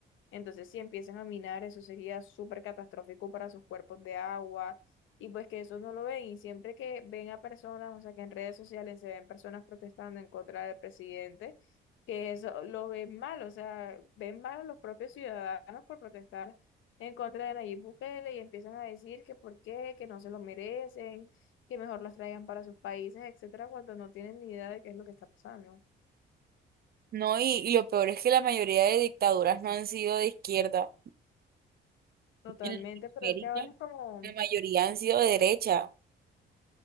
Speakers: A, on the left; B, on the right.
A: Entonces, si empiezan a minar, eso sería súper catastrófico para sus cuerpos de agua y pues que eso no lo ven. Y siempre que ven a personas, o sea, que en redes sociales se ven personas protestando en contra del presidente, que eso lo ven mal, o sea, ven mal a los propios ciudadanos por protestar en contra de Nayib Bukele y empiezan a decir que por qué, que no se lo merecen, que mejor los traigan para sus países, etcétera, cuando no tienen ni idea de qué es lo que está pasando.
B: No, y, y lo peor es que la mayoría de dictaduras no han sido de izquierda.
A: Totalmente,
B: En Latinoamérica,
A: pero es que ahora es como
B: la mayoría han sido de derecha,